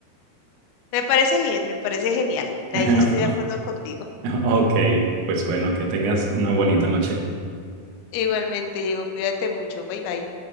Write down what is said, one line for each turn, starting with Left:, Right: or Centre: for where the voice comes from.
Left: Me parece bien, me parece genial. Ahí
Right: <laughs>
Left: sí estoy de acuerdo contigo.
Right: Ok, pues bueno, que tengas una bonita noche.
Left: Igualmente, Diego, cuídate mucho. Bye bye.